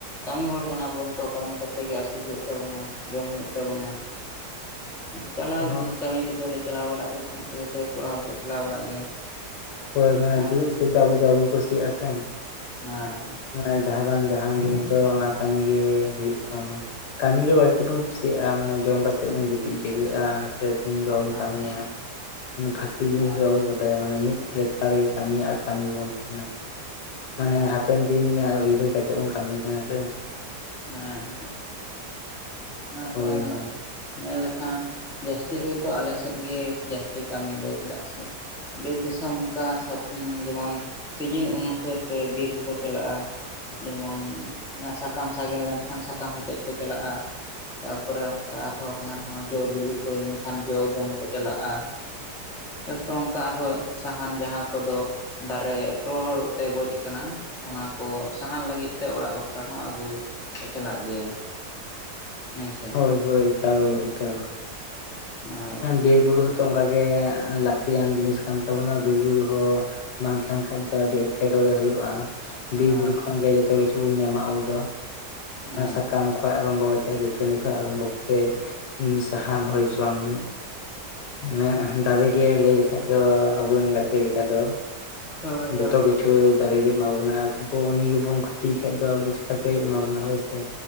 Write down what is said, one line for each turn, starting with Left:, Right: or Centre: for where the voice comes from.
Centre: ᱠᱟᱹᱢᱤ ᱦᱚᱲ ᱠᱟᱱᱟ ᱵᱚᱱ ᱛᱚ, ᱠᱟᱹᱢᱤ ᱠᱟᱛᱮ ᱜᱮ ᱟᱹᱥᱩᱞ ᱦᱩᱭᱩᱜ ᱛᱟᱵᱚᱱᱟ ᱡᱚᱢ ᱦᱩᱭᱩᱭ ᱛᱟᱵᱚᱱᱟ ᱾ ᱪᱟᱞᱟᱣ
Left: ᱫᱚ
Centre: <unintelligible> ᱠᱟᱹᱢᱤ ᱠᱚᱫᱚ ᱞᱮ ᱪᱟᱞᱟᱣ ᱵᱟᱲᱟᱜ ᱜᱮ ᱛᱟᱦᱮᱸ ᱡᱚᱛᱚ ᱜᱮ ᱠᱚᱲᱟ ᱦᱚᱲ ᱠᱚ ᱪᱟᱞᱟᱣ ᱵᱟᱲᱟᱜ ᱜᱮᱭᱟ᱾
Left: ᱦᱚᱭ ᱢᱟᱱᱮ
Centre: ᱟᱨ
Left: ᱫᱩᱲᱩᱵ ᱛᱷᱤᱨ ᱫᱚ ᱟᱵᱚ ᱫᱚ ᱵᱟᱵᱚ ᱠᱩᱥᱤᱭᱟᱜᱼᱟ ᱥᱮ,
Centre: ᱦᱚᱸᱭ ᱦᱚᱭ ᱾
Left: ᱢᱟᱱᱮ ᱡᱟᱦᱟᱸ ᱵᱟᱝ ᱡᱟᱦᱟᱱ ᱫᱤᱱ ᱫᱚ ᱚᱱᱟ ᱠᱟᱹᱢᱤ ᱜᱮ ᱦᱩᱭᱩᱜ ᱛᱟᱵᱚᱱᱟ᱾ ᱠᱟᱹᱢᱤ ᱜᱮ ᱵᱟᱹᱲᱛᱤ ᱵᱚᱱ ᱠᱩᱥᱤᱭᱟᱜᱼᱟ ᱢᱟᱱᱮ ᱡᱚᱢ ᱠᱟᱛᱮ ᱵᱚᱱ ᱜᱤᱛᱤᱡ ᱡᱤᱨᱟᱹᱜᱼᱟ᱾ ᱥᱮ ᱥᱮᱧ ᱫᱚ ᱵᱟᱵᱚᱱ
Centre: ᱦᱳᱭ
Left: ᱠᱟᱹᱢᱤᱭᱟ <unintelligible> ᱯᱷᱟᱠᱤ ᱡᱤᱱᱤᱥ
Centre: ᱦᱳᱭ
Left: ᱫᱚ
Centre: ᱦᱳᱭ
Left: ᱵᱟᱵᱚᱱ ᱵᱟᱴ <unintelligible> ᱼᱼ <inaudible> ᱢᱟᱱᱮ ᱢᱤᱫ ᱞᱮᱛᱟᱲ ᱜᱮ ᱠᱟᱹᱢᱤ ᱟᱨ ᱠᱟᱹᱢᱤ ᱜᱮᱵᱚᱱ ᱛᱟᱦᱮᱱᱟ᱾ ᱢᱟᱱᱮ
Centre: ᱦᱳᱭ
Left: ᱦᱟᱯᱮᱱ ᱫᱤᱱ <unintelligible> ᱩᱭᱦᱟᱹᱨ ᱠᱟᱛᱮᱜ ᱵᱚᱱ ᱠᱟᱹᱢᱤ ᱛᱟᱦᱮᱱᱟ ᱥᱮ᱾
Centre: ᱦᱮᱸ ᱦᱮᱸ ᱾ ᱟᱨᱦᱚ
Left: ᱦᱳᱭ ᱦᱳᱭ
Centre: <unintelligible> ᱧᱮᱞ ᱞᱮᱠᱷᱟᱱ ᱡᱟᱹᱥᱛᱤ ᱜᱮᱫᱚ ᱟᱞᱮ ᱥᱮᱫ ᱜᱮ ᱡᱟᱹᱥᱛᱤ ᱠᱟᱹᱢᱤ ᱫᱚ ᱪᱮᱫᱟᱜ ᱥᱮ? ᱵᱤᱨᱮ ᱫᱤᱥᱚᱢ ᱚᱱᱠᱟ ᱡᱮᱢᱚᱱ ᱥᱤᱡᱤᱱ ᱚᱱᱩᱥᱟᱹᱨ ᱛᱮ ᱵᱤᱨ ᱠᱚᱠᱚ ᱪᱟᱞᱟᱜᱼᱟ᱾ ᱡᱮᱢᱚᱱ ᱥᱟᱠᱟᱢ ᱥᱟᱜᱮᱱ ᱞᱮᱱᱠᱷᱟᱱ ᱥᱟᱠᱟᱢ ᱦᱮᱴᱮᱡ ᱠᱚ ᱪᱟᱞᱟᱜᱼᱟ ᱛᱟᱨᱯᱚᱨᱮ ᱚᱱᱠᱟ ᱟᱨᱦᱚᱸ ᱦᱟᱱᱟ ᱱᱟᱣᱟ ᱡᱚᱼ ᱵᱤᱞᱤ ᱠᱚ ᱦᱩᱭ ᱞᱮᱱᱠᱷᱟᱱ ᱡᱚᱼ ᱡᱚᱢ ᱠᱚ ᱪᱟᱞᱟᱜᱼᱟ ᱛᱟᱯᱚᱨᱮ ᱚᱱᱠᱟ ᱟᱨᱦᱚᱸ ᱥᱟᱦᱟᱱ ᱡᱟᱦᱟᱸ ᱠᱚᱫᱚ ᱫᱟᱨᱮ ᱨᱚᱲᱛᱮ ᱜᱚᱡ ᱠᱟᱱᱟ ᱚᱱᱟᱠᱚ ᱥᱟᱦᱟᱱ ᱞᱟᱹᱜᱤᱫ ᱛᱮ ᱚᱲᱟᱜ ᱵᱟᱠᱷᱨᱟ ᱦᱚᱸ ᱟᱹᱜᱩ ᱠᱚ ᱪᱟᱞᱟᱜ ᱜᱮᱭᱟ ᱦᱮᱸᱥᱮ
Left: ᱦᱳᱭ ᱦᱳᱭ ᱮᱠᱟᱞ ᱮᱠᱟᱞ
Centre: ᱦᱳᱭ
Left: ᱦᱮᱸ ᱵᱤᱨᱵᱩᱨᱩ ᱦᱚᱸᱛᱚ ᱚᱱᱠᱟᱜ ᱜᱮ ᱞᱟᱹᱠᱛᱤᱭᱟᱱ ᱡᱤᱱᱤᱥ ᱠᱟᱱ ᱛᱟᱵᱚᱱᱟ ᱵᱤᱨᱵᱩᱨᱩ ᱦᱚᱸ ᱵᱟᱝ ᱛᱟᱦᱮᱱ ᱠᱷᱟᱡ ᱫᱚ ᱟᱹᱰᱤ ᱮᱸᱴᱠᱮᱴᱚᱲᱮ ᱦᱩᱭᱩᱜ-ᱟ ᱵᱤᱨ
Centre: ᱦᱳᱭ
Left: ᱵᱩᱨᱩ ᱠᱷᱚᱱ ᱜᱮ ᱡᱚᱛᱚ ᱠᱤᱪᱷᱩ ᱵᱚᱱ ᱧᱟᱢ ᱟ ᱟᱵᱚ ᱫᱚ
Centre: ᱦᱮᱸ
Left: ᱥᱟᱠᱟᱢ ᱠᱷᱚᱱ ᱠᱷ ᱟᱨᱵᱷᱚ ᱠᱟᱛᱮ ᱫᱟᱹᱛᱟᱹᱱᱤ ᱠᱷᱚᱱ ᱟᱨᱟᱢᱵᱷᱚ ᱠᱟᱛᱮᱫ ᱥᱟᱦᱟᱱ ᱦᱩᱭ ᱦᱚᱪᱚᱝ ᱚᱱᱮ ᱫᱟᱨᱮ ᱜᱮ ᱞᱟᱹᱭ ᱞᱮᱠᱷᱟᱡ ᱫᱚ ᱟᱵᱚᱨᱮᱱ ᱜᱟᱛᱮ ᱞᱮᱠᱟ ᱫᱚ
Centre: ᱦᱳᱭ
Left: ᱡᱚᱛᱚ
Centre: ᱦᱳᱭ
Left: ᱠᱤᱪᱷᱩ ᱠᱤᱪᱷᱩ ᱫᱟᱨᱮ ᱜᱮ ᱮᱢᱟ ᱵᱚᱱᱟ ᱟᱨ ᱟᱵᱚ ᱩᱱᱤ ᱜᱮᱵᱚᱱ ᱠᱷᱚᱛᱤᱭ ᱠᱷᱟᱡ ᱫᱚ ᱟᱵᱚ ᱪᱮᱠᱟᱛᱮᱭ ᱮᱢᱟ ᱵᱚᱱᱟ ᱦᱳᱭ ᱥᱮ